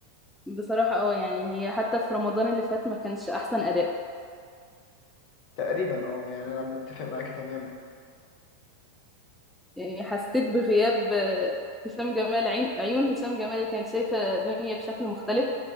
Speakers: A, in the centre; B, on the left.
A: بصراحه اه يعني هي حتى في رمضان اللي فات ما كانش احسن اداء
B: تقريبا أه يعني أنا متفق معاكي تماما
A: يعني حسيت بغياب آه، هشام جمال عين- عيون هشام جمال اللي كانت شايفه دنيا بشكل مختلف